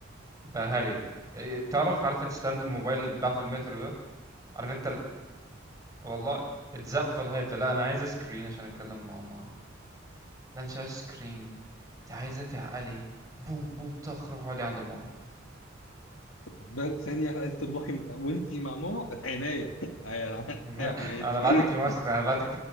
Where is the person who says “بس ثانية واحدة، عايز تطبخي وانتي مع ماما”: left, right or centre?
Left